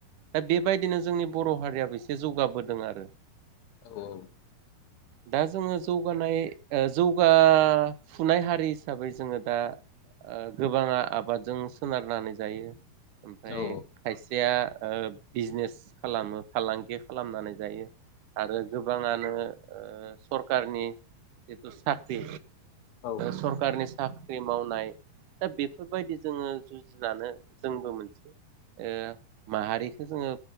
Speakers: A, on the right; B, on the left.
A: दा बेबायदिनो जोंनि बर' हारियाबो एसे जौगाबोदों आरो।
B: औ
A: दा जोङो जौगानाय ओ जौगाफुनाय हारि हिसाबै जोङो दा गोबाङा आ आबादजों सोनारनानै जायो। ओमफ्राय
B: औ
A: <unintelligible> बिजनेस खालामो फालांगि खालामनानै जायो। आरो गोबाङानो ओ सरखारनि जिथु साख्रि
B: औ
A: सरखारनि साख साख्रि मावनाय दा बेफोरबायदि जोङो जुजिनानै जोंबो मोनसे ओ माहारिखो जोङो